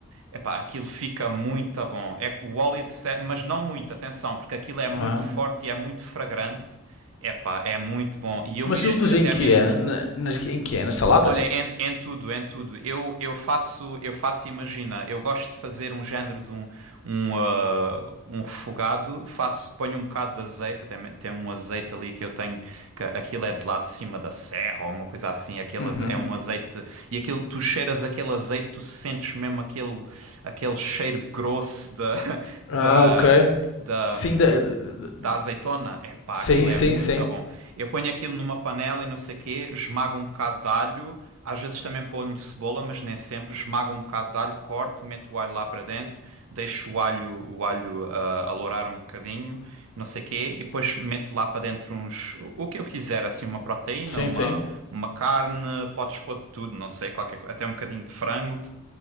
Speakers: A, on the right; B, on the left.
A: Epá, aquilo fica muito bom. É que o óleo de sésamo, mas não muito, atenção, porque aquilo é muito
B: Ah.
A: forte e é muito fragrante. Epá, é muito bom. E eu
B: Mas
A: misturo
B: usas
A: até
B: em que
A: mesmo.
B: é? Na- Nas, em que é? Nas saladas?
A: Olha, em, em tudo, em tudo. Eu, eu faço, eu faço, imagina, eu gosto de fazer um género de um, um, ah, um refogado, faço, ponho um bocado de azeite, até me- tem um azeite ali que eu tenho, que aquilo é de lá de cima da serra ou uma coisa assim, aquele,
B: Uhum.
A: aze- é um azeite, e aquilo, tu cheiras aquele azeite, tu sentes mesmo aquele, aquele cheiro grosso da, <laughs>
B: Ah,
A: da,
B: ok.
A: da,
B: Sim, da- de- de-
A: da azeitona? Epá,
B: sim,
A: aquilo
B: sim,
A: é muito
B: sim,
A: bom. Eu ponho aquilo numa panela e não sei o quê, esmago um bocado de alho, às vezes também ponho cebola, mas nem sempre. Esmago um bocado de alho, corto, meto o alho lá para dentro, deixo o alho, o alho ah, alourar um bocadinho, não sei o quê, e depois meto lá para dentro uns, o que eu quiser, assim, uma proteína,
B: sim,
A: uma,
B: sim,
A: uma carne, podes pôr de tudo, não sei, qualquer, co- até um bocadinho de frango.